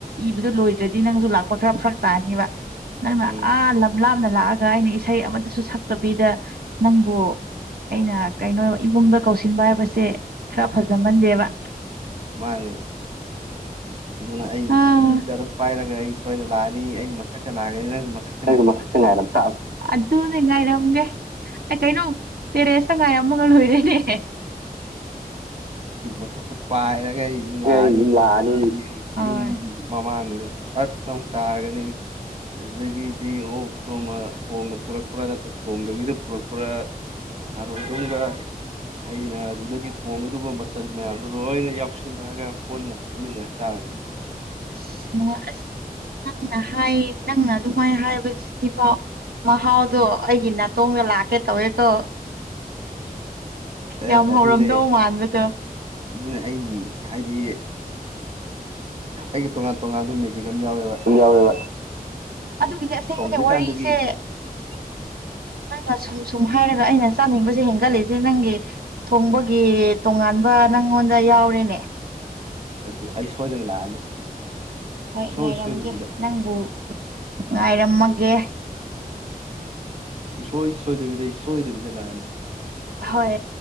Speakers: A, on the right; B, on the right.
A: ꯏꯕꯗꯨ ꯂꯣꯏꯗ꯭ꯔꯗꯤ ꯅꯪꯁꯨ ꯂꯥꯛꯄ ꯈꯔ ꯐꯔꯛ ꯇꯥꯅꯤꯕ ꯅꯪꯅ
B: ꯎꯝ
A: ꯑꯥ ꯂꯥꯞꯅ ꯂꯥꯛꯑꯒ ꯑꯩꯅ ꯏꯁꯩ ꯑꯃꯇꯁꯨ ꯁꯛꯇꯕꯤꯗ ꯅꯪꯕꯨ ꯑꯩꯅ ꯀꯩꯅꯣ ꯏꯃꯨꯡꯗ ꯀꯧꯁꯤꯟꯕ ꯍꯥꯏꯕꯁꯦ ꯈꯔ ꯐꯖꯃꯟꯗꯦꯕ
B: ꯃꯥꯅꯦ ꯑꯗꯨꯅ ꯑꯩ
A: ꯑꯥ
B: ꯒꯤꯇꯥꯔ ꯑꯃ ꯄꯥꯏꯔꯒ ꯑꯩ ꯁꯣꯏꯅ ꯂꯥꯛꯑꯅꯤ ꯑꯩꯅ ꯃꯊꯛꯇ ꯂꯥꯛꯑꯒꯅꯤ ꯅꯪꯁꯨ ꯃꯊꯛ
A: ꯥꯅꯪꯖꯨ ꯃꯊꯛꯇ ꯉꯥꯏꯔꯝꯇꯥꯕ ꯑꯗꯨꯅꯦ ꯉꯥꯏꯔꯝꯒꯦ ꯑꯦ ꯀꯩꯅꯣ ꯇꯦꯔꯦꯁꯇ ꯉꯥꯏꯔꯝꯃꯒ ꯂꯣꯏꯔꯦꯅꯦ
B: ꯃꯊꯛꯇ ꯄꯥꯏꯔꯒ ꯑꯩꯖꯨ ꯂꯥꯛꯑꯅꯤ
A: ꯑꯩ ꯑꯗꯨꯝ
B: ꯑꯗꯨꯗꯒꯤꯗꯤ
A: ꯂꯥꯛꯑꯅꯤ ꯍꯣꯏ
B: ꯌꯨꯝ ꯃꯃꯥꯡꯗꯨꯗ ꯁꯠ ꯂꯥꯎꯅ ꯇꯥꯔꯒꯅꯤ ꯑꯗꯨꯗꯒꯤꯗꯤ ꯑꯣꯛ ꯇꯣ ꯑꯃ ꯊꯣꯡꯅ ꯄꯨꯔꯛꯄ꯭ꯔꯥ ꯅꯠꯇ꯭ꯔ ꯊꯣꯡꯗꯕꯤꯗ ꯄꯨꯔꯛꯄ꯭ꯔꯥ <unintelligible> ꯑꯩꯅ ꯑꯗꯨꯗꯒꯤ ꯊꯣꯡꯒꯗꯕ ꯃꯆꯜ ꯃꯌꯥꯝꯗꯨ ꯂꯣꯏꯅ ꯌꯥꯎꯁꯜꯂꯛꯑꯒ ꯍꯣꯟꯅ ꯐꯝꯃꯤꯟꯅꯔ ꯆꯥꯔꯅꯤ
A: ꯑꯁ ꯅꯨꯡꯉꯥꯏ ꯑꯁ ꯅꯪꯅ ꯍꯥꯏ ꯅꯪꯅ ꯑꯗꯨꯃꯥꯏ ꯍꯥꯏꯕꯖꯤꯐꯥꯎ ꯃꯍꯥꯎꯗꯣ ꯑꯩꯒꯤ ꯅꯥꯇꯣꯟꯗ ꯂꯥꯛꯀꯦ ꯇꯧꯋꯦꯀꯣ
B: ꯑꯦ
A: ꯌꯥꯝ
B: ꯑꯗꯨꯅꯦ
A: ꯍꯧꯔꯝꯗꯧ ꯃꯥꯟꯕꯗꯣ
B: ꯑꯗꯨꯅꯦ ꯑꯩꯒꯤ ꯍꯥꯏꯗꯤ ꯑꯩꯒꯤ ꯇꯣꯉꯥꯟ ꯇꯣꯉꯥꯟꯕ ꯃꯦꯖꯤꯛ ꯑꯃ ꯌꯥꯎꯋꯦꯕ
A: ꯌꯥꯎꯋꯦꯕ ꯑꯗꯨꯒꯤꯗꯤ ꯑꯁꯦꯡꯕꯅꯦ
B: ꯊꯣꯡꯗ꯭ꯔꯤꯀꯥꯟꯗꯒꯤ
A: ꯋꯥꯔꯤꯁꯦ
B: <inaudible>
A: ꯅꯪꯅ ꯁꯨꯝ ꯁꯨꯝ ꯍꯥꯏꯔꯒ ꯑꯩꯅ ꯆꯥꯅꯤꯡꯕꯁꯦ ꯍꯦꯟꯒꯠꯂꯤꯁꯦ ꯅꯪꯒꯤ ꯊꯣꯡꯕꯒꯤ ꯇꯣꯉꯥꯟꯕ ꯅꯪꯉꯣꯟꯗ ꯌꯥꯎꯔꯦꯅꯦ꯫
B: ꯑꯗꯨ ꯑꯩ ꯁꯣꯏꯗꯅ ꯂꯥꯛꯑꯅꯤ꯫
A: ꯍꯣꯏ
B: ꯁꯨꯡꯁꯣꯏ
A: ꯉꯥꯏꯔꯝꯒꯦ
B: ꯁꯣꯏꯗꯕꯤꯗ
A: ꯅꯪꯕꯨ ꯉꯥꯏꯔꯝꯃꯒꯦ꯫
B: ꯁꯨꯡꯁꯣꯏ ꯁꯣꯏꯗꯕꯤꯗ ꯑꯩ ꯁꯣꯏꯗꯕꯤꯗ ꯂꯥꯛꯑꯅꯤ꯫
A: ꯍꯣꯏ